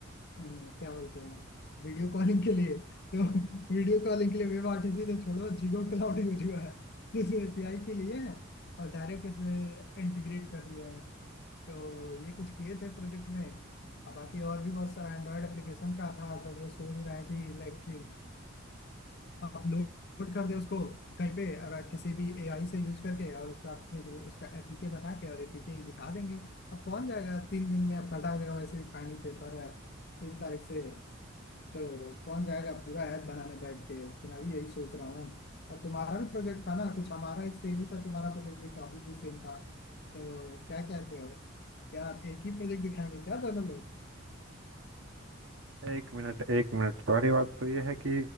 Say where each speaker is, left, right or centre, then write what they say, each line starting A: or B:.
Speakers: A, on the left; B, on the right.
A: हम्म, क्या बोलते हैं वीडियो कॉलिंग के लिए तो वीडियो कॉलिंग के लिए वेब आरटीसी तो छोड़ो जीगो क्लाउड यूज हुआ है जिसे एपीआई के लिए है और डायरेक्ट इसमें इंटीग्रेट कर दिया है तो ये कुछ किए थे प्रोजेक्ट में अब बाकी और भी बहुत सारा एंड्रॉयड एप्लीकेशन का था तो वो सोच रहे हैं कि लाइक कि अपलोड कर दे उसको कहीं पे और किसी भी एआई से यूज करके और उसका फिर वो- उसका एपीके बना के और एपीके ही दिखा देंगे अब कौन जाएगा तीन दिन में अब कटा हुआ वैसे फाइनल पेपर है तीन तारीख से तो कौन जाएगा पूरा ऐप बनाने बैठ के तो मैं भी यही सोच रहा हूँ अब तुम्हारा भी प्रोजेक्ट था ना कुछ हमारा सेम ही था तुम्हारा प्रोजेक्ट भी टॉपिक भी सेम था तो क्या कहते हो क्या एक ही प्रोजेक्ट दिखाएंगे क्या दोनों लोग
B: एक मिनट एक मिनट सारी बात तो ये है कि